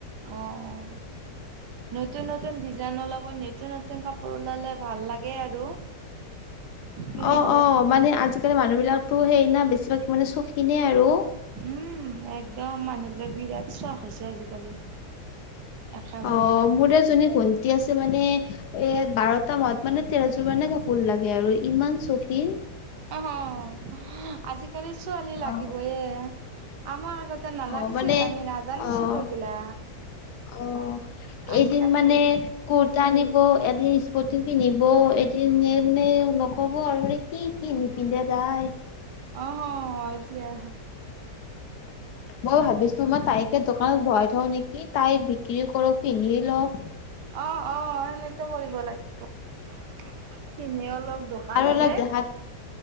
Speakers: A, on the right; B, on the left.
A: অঁ। নতুন নতুন ডিজাইন ওলাব নতুন নতুন কাপোৰ ওলালে ভাল লাগে আৰু।
B: <inaudible>
A: কিনিব।
B: অ অ মানে আজিকালি মানুহ বিলাকতো সেই না বেছিভাগ মানে চৌকিনে আৰু।
A: উম একদম মানুহবিলাক‌ বিৰাট চখ হৈছে আজিকালি। একেবাৰে।
B: অ মোৰ এজনী ভ ণ্টি আছে মানে এ বাৰটা মাহত মানে তেৰযোৰ মানে কাপোৰ লাগে আৰু ইমান চৌকিন।
A: আহঁ আজিকালি ছোৱালী
B: অ
A: লাগিবয়ে, আমাক আগতে নালাগিছিল
B: অ মানে
A: আমি নাজানিছিলো
B: অ
A: এইগিলা।
B: অ
A: আজিকালি
B: এদিন মানে কুৰ্তা নিব এদিন স্প টিনটো নিব এদিন মানে নকব আৰু মানে কি কি নিপিন্ধে তাই।
A: আহঁ এতিয়া
B: মই ভাবিছোঁ মই তাইকে দোকানত ভৰাই থওঁ নেকি তাই বিক্ৰীও কৰক পিন্ধিও লক।
A: অ অ সেনেতো কৰিব লাগিব। কিনিও ল'ক দোকানতে।
B: আৰু অলপ দেখাত